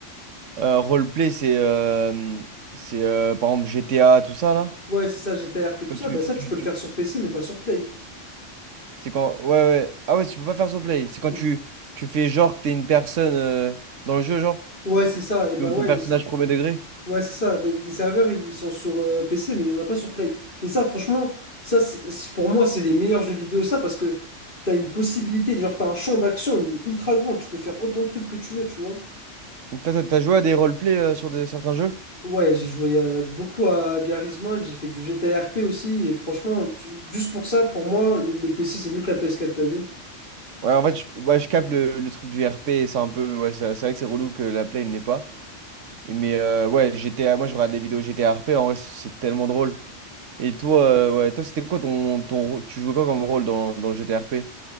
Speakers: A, on the right; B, on the left.
A: Euh, roleplay, c'est euh, c'est euh, par exemple GTA, tout ça là.
B: Ouais, c'est ça, GTA RP, tout
A: Quand
B: ça.
A: tu,
B: Bah
A: tu-
B: ça, tu peux
A: tu-
B: le faire sur PC, mais pas sur Play.
A: c'est quand ouais ouais ah ouais tu peux pas faire roleplay. C'est quand
B: Hmm.
A: tu tu fais genre que t'es une personne euh, dans le jeu genre
B: Ouais, c'est ça. Et bah
A: Le-
B: ouais.
A: ton personnage premier degré.
B: Ouais, c'est ça. Ben, les serveurs, ils sont sur euh, PC, mais il n'y en a pas sur Play. Et ça, franchement, ça, c'est- c'est- pour moi, c'est les meilleurs jeux vidéo, ça, parce que t'as une possibilité, genre, t'as un champ d'action, il est ultra grand, tu peux faire autant de trucs que tu veux, tu vois.
A: Donc t'as t'as- t'as joué à des roleplay euh, sur de, certains jeux?
B: Ouais, j'ai joué euh, beaucoup à Garry's Mod, j'ai fait du GTA RP aussi, et franchement, ju- juste pour ça, pour moi, le, le PC, c'est mieux que la PS4, t'as vu?
A: Ouais en fait je, ouais, je capte le, le truc du RP et c'est un peu ouais c'est c'est vrai que c'est relou que la play n'est pas. Et mais euh, ouais GTA moi je regarde les vidéos GTA RP en vrai c'est tellement drôle. Et toi euh, ouais toi c'était quoi ton ton rô- tu jouais quoi comme rôle dans dans le GTA RP?